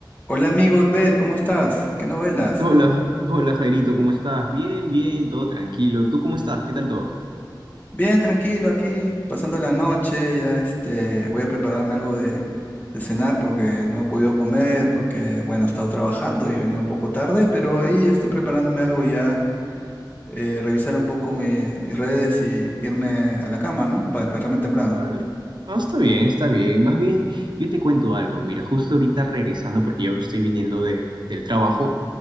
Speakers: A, on the left; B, on the right.
A: Hola amigo Agdel, ¿cómo estás? ¿Qué novelas?
B: Hola, Hola. hola Jairito, ¿cómo estás? Bien, bien, todo tranquilo. ¿Tú cómo estás? ¿Qué tal todo?
A: Bien, tranquilo, aquí pasando la noche, ya este, voy a prepararme algo de, de cenar porque no he podido comer, porque bueno, he estado trabajando y he venido un poco tarde, pero ahí estoy preparándome algo y ya, eh, revisar un poco mi- mis redes y irme a la cama, ¿no? Para despertarme temprano.
B: Dale. Ah, está bien, está bien. Más bien, yo te cuento algo. Mira, justo ahorita regresando, porque yo estoy viniendo de, del trabajo,